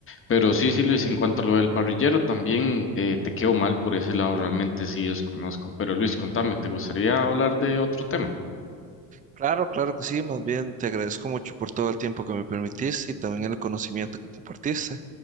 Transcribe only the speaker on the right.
Claro, claro que sí, más bien te agradezco mucho por todo el tiempo que me permitiste y también el conocimiento que compartiste.